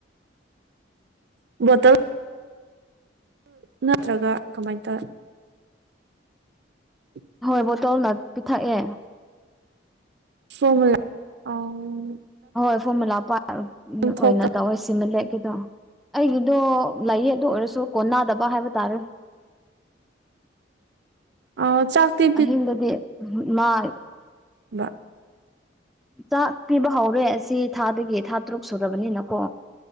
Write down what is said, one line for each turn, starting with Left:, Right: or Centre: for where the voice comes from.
Right: ꯕꯣꯇꯜ ꯅꯠꯇ꯭ꯔꯒ ꯀꯃꯥꯏꯅ ꯇꯧꯑꯦ <inaudible>
Centre: ꯍꯣꯏ ꯕꯣꯇꯜꯅ ꯄꯤꯊꯛꯑꯦ
Right: ꯁꯣꯝꯔ ꯑꯥꯎꯟ
Centre: ꯍꯣꯏ ꯐꯣꯔꯃꯨꯂꯥ ꯄꯥ ꯑꯣꯏꯅ
Right: ꯊꯣꯛꯄ
Centre: ꯇꯧꯋꯦ ꯁꯤꯃ ꯂꯦꯛꯀꯤꯗꯣ ꯑꯩꯒꯤꯗꯣ ꯂꯥꯏꯌꯦ ꯑꯗꯣ ꯑꯣꯏꯔꯁꯨ ꯀꯣꯟꯅꯗꯕ ꯍꯥꯏꯕ ꯇꯥꯔꯦ
Right: ꯑ ꯆꯥꯛꯇꯤ
Centre: ꯑꯍꯤꯡꯗꯗꯤ ꯃꯥ
Right: ꯕ
Centre: ꯆꯥꯛ ꯄꯤꯕ ꯍꯧꯔꯦ ꯑꯁꯤ ꯊꯥꯗꯒꯤ ꯊꯥ ꯇꯔꯨꯛ ꯁꯨꯔꯕꯅꯤꯅ ꯀꯣ